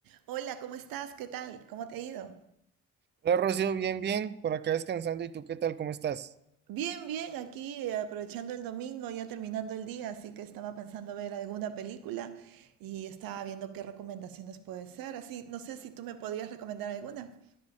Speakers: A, on the right (about 80°); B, on the right (about 30°).
A: Hola, ¿cómo estás? ¿Qué tal? ¿Cómo te ha ido?
B: Hola Rocío, bien, bien, por acá descansando. ¿Y tú qué tal? ¿Cómo estás?
A: Bien, bien, aquí eh, aprovechando el domingo, ya terminando el día, así que estaba pensando ver alguna película y estaba viendo qué recomendaciones puede ser. Así, no sé si tú me podrías recomendar alguna.